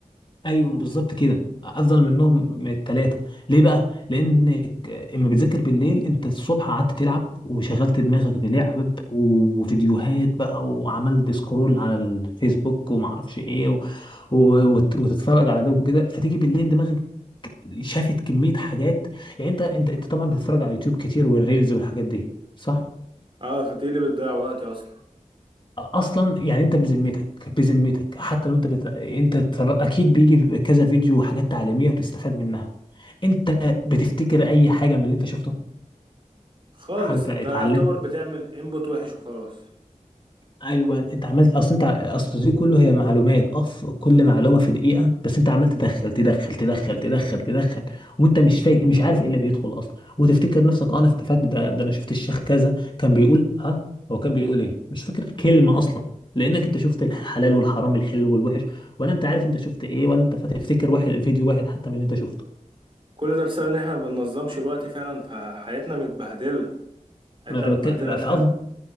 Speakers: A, on the left; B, on the right.
A: ايوه بالظبط كده افضل منهم من التلاتة ليه بقى لانك اما بتذاكر بالليل انت الصبح قعدت تلعب وشغلت دماغك بلعب وفيديوهات بقى وعملت سكرول على الفيسبوك وما اعرفش ايه و... و... وت- وتتفرج على ده وكده فتيجي بالليل دماغك شافت كمية حاجات يعني انت انت انت طبعا بتتفرج على اليوتيوب كتير والريلز والحاجات دي صح
B: اه دي اللي بتضيع وقتي اصلا
A: اصلا يعني انت بذمتك بذمتك حتى لو انت بت... انت تفر... اكيد بيجي في كذا فيديو وحاجات تعليميه وتستفاد منها انت بتفتكر اي حاجه من اللي انت شفته
B: خالص
A: حاجه
B: انت
A: اتعلمت
B: يعتبر بتعمل انبوت وحش وخلاص
A: ايوه انت عملت اصل انت اصل دي كله هي معلومات اف كل معلومه في دقيقه بس انت عمال تدخل تدخل تدخل تدخل تدخل وانت مش فايق مش عارف ايه اللي بيدخل اصلا وتفتكر نفسك اه انا استفدت ده ده انا شفت الشيخ كذا كان بيقول ها هو كان بيقول ايه مش فاكر كلمه اصلا لانك انت شفت الحلال والحرام الحلو والوحش ولا انت عارف انت شفت ايه ولا انت فتفتكر واحد فيديو واحد حتى من اللي انت شفته
B: كل ده بسبب ان احنا ما بننظمش الوقت فعلا فحياتنا متبهدلة حياتنا
A: ما انا
B: متبهدلة
A: بتكلم
B: بجد
A: فافضل